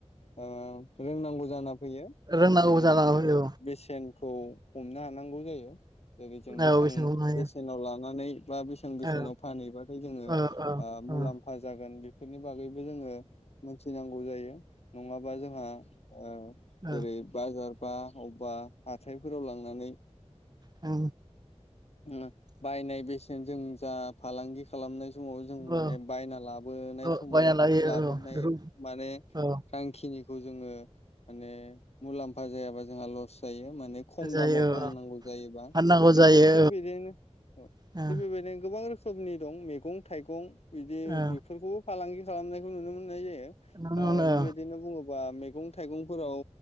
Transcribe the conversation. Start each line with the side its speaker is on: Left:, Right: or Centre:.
Left: ओ रोंनांगौ जाना फैयो
Right: रोंनांगौ
Left: जेरै
Right: जानांगौ
Left: जोङो बेसेनखौ हमनो हा नांगौ' जायो बेबादिनो
Right: औ
Left: बेसेबां
Right: बेसेन हमनो हायो
Left: बेसेनाव लानानै बा बेसेन बेसेनाव
Right: औ
Left: फानहैबाथाय जोङो
Right: औ औ
Left: आ मुलाम्फा
Right: औ
Left: जागोन बे नि बागैबो जोङो मोनथिनांगौ जायो नङाबा जोंहा आ
Right: औ
Left: जेरै बाजार बा अबेबा हाथायफोराव लांनानै
Right: औ
Left: ओ बायनाय बेसेन जों जा फालांगि खालामनाय समाव जों
Right: औ
Left: माने बायना लाबोनाय
Right: औ
Left: समाव
Right: बायना लायो
Left: लाबोनाय
Right: औ बेखौ
Left: माने
Right: औ
Left: थांखिनि खौ‌ जोङो माने मुलाम्फा जायाबा जोंहा लस जायो माने खम
Right: जायो
Left: दामाव फाननांगौ
Right: औ औ
Left: जायोबा
Right: फाननांगौ
Left: बिनि
Right: जायो
Left: थिग बेदिनो ओ
Right: औ
Left: थिग बेबायदिनो गोबां रोखोम खोमनि दं मैगं थाइगं बिदि
Right: औ
Left: बेफोरखौबो फालांगि खालामनायखौ नुनो मोननाय जायो ओ
Right: नंगौनो
Left: बेबायदिनो
Right: औ
Left: बुङोबा मैगं थाइगं फोराव‌